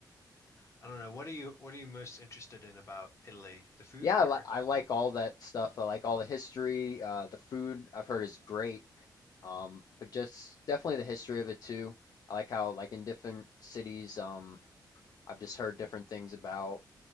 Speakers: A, on the left; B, on the left.
A: I don't know. What are you What are you most interested in about Italy? The food,
B: Yeah, I,
A: or
B: li- I like all that stuff. I like all the history. Uh, the food I've heard is great. Um, but just definitely the history of it too. I like how like in different cities, um, I've just heard different things about